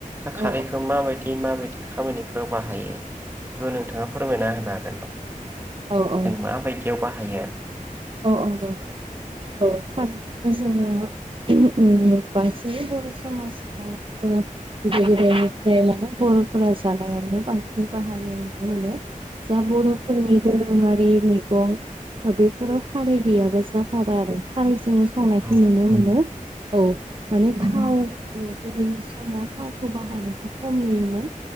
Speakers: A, on the right; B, on the right.
A: दा
B: औ
A: खारैखो माबायदि माबायदि खामानिफोराव बाहायो बेखौ नोंथाङा फोरमायना होनो हागोन नामा?
B: औ औ
A: जों माबायदियाव बाहायो
B: औ औ नंगौ। औ <unintelligible> जोङो <unintelligible> बांसिनै बर' समाजाव <unintelligible> गोदो-गोदायनिफ्राय माने बर'फोरा जानायावनो बांसिन बाहायनाय नुनो मोनो। जा बर'फोरनि दोरोङारि मैगं ओ बेफोराव खारै गैयाबा जाथारा आरो खारै संनायखौ
A: औ
B: नुनो मोनो औ माने थाव गोदोनि समाव थावखौ बाहायनायखौ खम नुयोमोन।